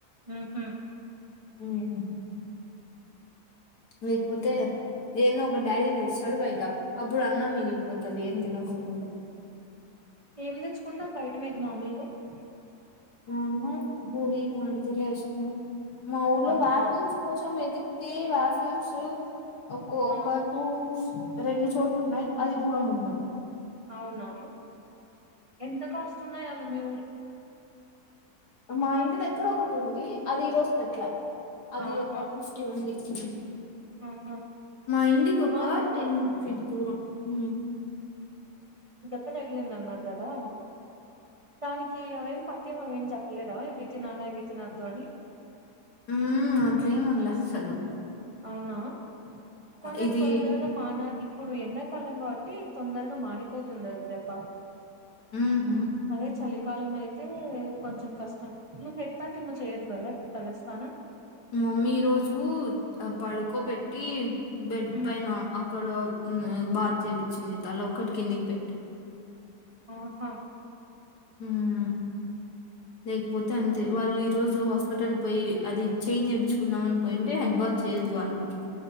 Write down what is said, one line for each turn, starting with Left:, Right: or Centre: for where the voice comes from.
Right: ఉహు
Left: ఉహు లేకపోతే ఏందో ఒకటి డాడీ తెస్తాడు బయట అప్పుడు అన్నం మిగిలిపోతది ఏం తినకోకుండా
Right: ఏం తెచ్చుకుంటారు బయట మీరు మామూలుగా ఆ
Left: ఆ ఉన్నాయి గోబీ, పానీపూరి, ఐస్ క్రీమ్ మా ఊర్లో
Right: ఆహా
Left: వాకిలి కి వచ్చి కూర్చొని పోయ్ తే వాఫరు చు ఒక్కొక్క
Right: ఆ
Left: టుస్ రెండు చోట్లు ఉన్నాయి అది దూరంగా ఉన్నాయి
Right: అవునా ఎంత కాస్ట్ ఉన్నాయి అవి మీ
Left: మా ఇంటి దగ్గర ఒకటి ఉంది అది ఈ రోజు పెట్లా అది
Right: ఆహా
Left: ఒక ఫిఫ్టీ ఉంది ఇచ్చి కొంచెం
Right: ఆహా
Left: మా ఇంటికి ఒక
Right: అవును
Left: టెన్ ఫీట్ దూరం హు
Right: త తగిలింది అన్నారు కదా దానిక్ ఇంకే అవేం పత్యం అవి ఏం చెప్పలేదా ఇవి తినాలా ఇవి తినద్దు అని
Left: ఉమ్ అట్లేమండలే అస్సలు
Right: అవునా కానీ
Left: ఇది
Right: అది తొందరగా మానాలి ఇప్పుడు ఎండాకాలంగా కావట్టి తొందరగా మానిపోతుంది అది దెబ్బ
Left: ఉమ్
Right: అదే చలి కాలం అయితే కొంచెం కష్టం నువ్వు హెడ్ ప్యాట్ ఏమో చెయ్యదు కదా ఇప్పుడు తల్లస్నానం
Left: మమ్మీ ఈ రోజు పడుకో పెెట్టి బెడ్
Right: ఉమ్
Left: పైన అక్కడ బాత్ చేపించింది తల ఒక్కటి కిందికి పెట్టి
Right: ఆహా
Left: మ్ హూ లేకపోతే అంతే వాళ్ళు ఈ రోజు హాస్పిటల్ పోయి అది చైన్ చేయిించుకుందామ అని పోయింటే హెడ్ బాత్ చేయ్యొద్దు అన్నారు